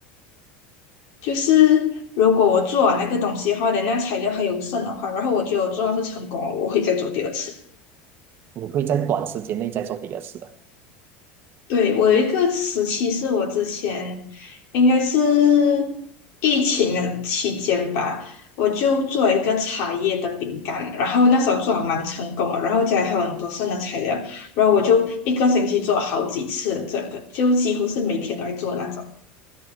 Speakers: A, on the left; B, on the right.
A: 就是如果我做完那个东西的话，等那材料还有剩的话，然后我觉得我做到是成功了，我会再做第二次。
B: 你会在短时间内再做第二次的。
A: 对，我有一个时期是我之前应该是疫情的期间吧，我就做了一个茶叶的饼干，然后那时候做的蛮成功了，然后家里还有很多剩的材料，然后我就一个星期做好几次，这个就几乎是每天都在做那种。